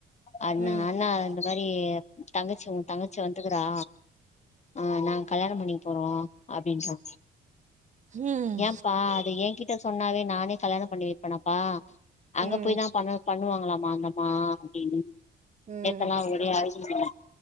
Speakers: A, on the left (about 35°); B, on the right (about 35°).
A: அண்ணா
B: ம்
A: அண்ணா இந்த மாரி தங்கச்சி உ தங்கச்சி வந்துக்குறா ஆ நாங் கல்யாணம் பண்ணிக் போறோ அப்டின்றா
B: ம்
A: ஏம்ப்பா அது ஏ கிட்ட சொன்னாவே நானே கல்யாணம் பண்ணி வைப்பேனப்பா அங்க
B: ம் ம்
A: போய்தா பண்ண பண்ணுவாங்களாமா அந்தம்மா அப்டின்னு
B: ம்
A: நேத்தல்லா ஒரே அழுது